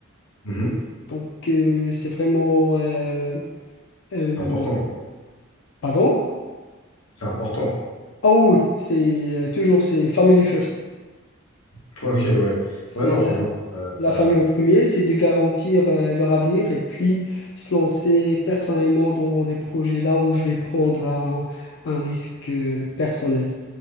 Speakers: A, on the left; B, on the left.
A: Mhm.
B: Donc, euh, c'est vraiment... euh, euh,
A: C'est important, quoi.
B: pardon?
A: c'est important.
B: Ah oui, oui, c'est euh, toujours c'est family first.
A: <laughs> Ok, ouais.
B: C'est
A: Ouais, non,
B: la
A: franchement, euh,
B: la
A: t'as-
B: famille au
A: t'as-
B: premier, c'est de garantir euh, leur avenir et puis se lancer personnellement dans des projets là où je vais prendre un, un risque euh, personnel.